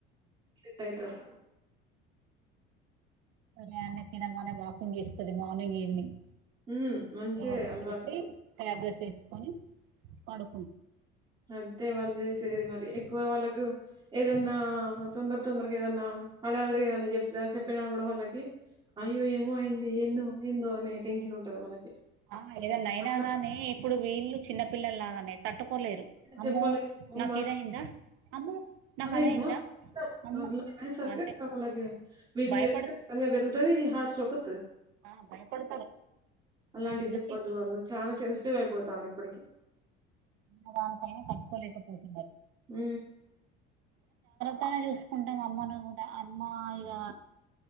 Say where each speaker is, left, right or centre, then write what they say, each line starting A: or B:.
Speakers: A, on the right; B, on the right.
A: సెట్ అవుతారు
B: ఉదయాన్నే తినగానే వాకింగ్ చేస్తది మార్నింగ్ ఈవినింగ్.
A: ఉమ్ మంచిదే
B: ఇగ వచ్చేసి
A: అలవాటు
B: టాబ్లెట్ వేస్కోని పడు
A: అంతే వాళ్ళు చేసేది మరి ఎక్కువ వాళ్ళకు ఏదన్నా తొందర తొందరగా ఏదన్నా హడావిడి ఏదన్నా చెప చెప్పినా కూడా వాళ్ళకి అయ్యో ఏమో అయింది ఏందో ఏందో అనే టెన్షన్ ఉంటది వాళ్ళకి.
B: ఆ ఎవన్న అయినా
A: అట్లా
B: గాని ఇప్పుడు వీళ్ళు చిన్నపిల్లలగా తట్టుకోలేరు అమ్మో
A: చెప్పలేము
B: నాకు ఇదయిందా అమ్మో నాకు
A: అదయిందా
B: అదైందా
A: మ <unintelligible>
B: అమ్మో
A: అనేసరికి
B: అంటే
A: ఇంకా వాళ్లకి బిపి
B: భయపడు
A: పెరుగుతది ఈ హార్ట్ స్ట్రోక్ వ
B: ఆ, భయపడతారు
A: అలాంటివి
B: ఇంకా
A: చెప్పద్దు
B: చి-
A: వాళ్ళు చాలా సెన్సిటివ్ అయిపోతంది. ఇప్పటికి
B: చిన్నదానకే తట్టుకోలేక పోతున్నారు
A: ఉ
B: తానే చూసుకుంటాను అమ్మను కూడా అమ్మ ఇగా